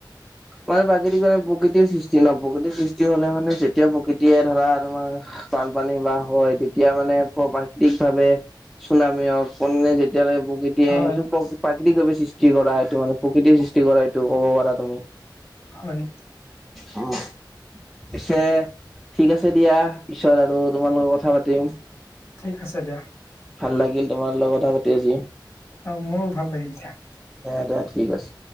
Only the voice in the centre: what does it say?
মানে প্ৰাকৃতিক মে প্ৰকৃতিৰ সৃষ্টি ন', প্ৰকৃতিৰ সৃষ্টি হ'লে মানে যেতিয়া প্ৰকৃতিয়ে ধৰা তমাৰ বানপানী বা হয় তেতিয়া মানে প্ৰাকৃতিক ভাৱে চুনামি হক পণে যেতিয়ালৈ এতিয়া
সেইটো প্ৰাকৃতিক ভাৱে সৃষ্টি কৰা, সেইটো মানে প্ৰকৃতিৰ সৃষ্টি কৰা সেইটো ক'ব পাৰা তুমি।
অ',। পিছে, ঠিক আছে দিয়া, পিছত আৰু তোমাৰ লগত কথা পাতিম।
ভাল লাগিল তোমাৰ লগত কথা পাতি আজি।
অ, দিয়া ঠিক আছে।